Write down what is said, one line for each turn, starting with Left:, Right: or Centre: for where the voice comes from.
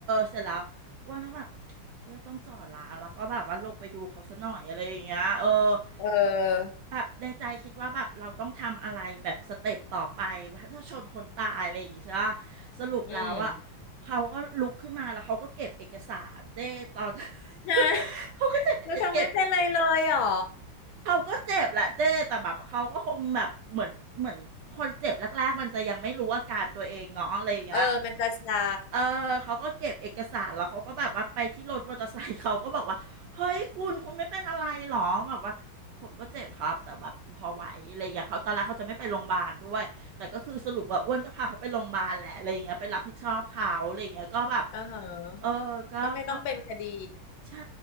Right: เสร็จแล้วอ้วนก็แบบเชื่อต้องจอดละแล้วก็แบบว่าลงไปดูเขาซะหน่อยอะไรอย่างเงี้ยเออ
Left: เออ
Right: ปะแบบในใจคิดว่าแบบเราต้องทำอะไรแบบสเต็ปต่อไปถ้าชนคนตายอะไรอย่างเงี้ยใช่ปะสรุปแล้วอะ
Left: อืม
Right: เขาก็ลุกขึ้นมาแล้วเขาก็เก็บเอกสารเจ้ตอน <laughs>
Left: <laughs> ฮะ
Right: เขาก็จะเก็บ
Left: คือเขาไม่เป็นไรเลยเหรอ
Right: เขาก็เจ็บแหละเจ้แต่แบบเขาก็คงแบบเหมือนเหมือนคนเจ็บแรกๆมันจะยังไม่รู้อาการตัวเองเนาะอะไรอย่างเงี้ย
Left: เออมันจะชา
Right: เออเขาก็เก็บเอกสารแล้วเขาก็แบบว่าไปที่รถมอเตอร์ไซค์เขาก็บอกว่าเฮ้ยคุณคุณไม่เป็นอะไรหรอแบบว่าผมก็เจ็บครับแต่แบบพอไหวอะไรอย่างเงี้ยเขาตอนแรกเขาจะไม่ไปโรงพยาบาลด้วยแต่ก็คือสรุปว่าอ้วนก็พาเขาไปโรงพยาบาลแหละอะไรอย่างเงี้ยไปรับผิดชอบเขาอะไรอย่างเงี้ยก็แบบ
Left: อ่าฮะ
Right: เออก็ก็
Left: ก็ไม่ต้องเป็นคดี
Right: ใช่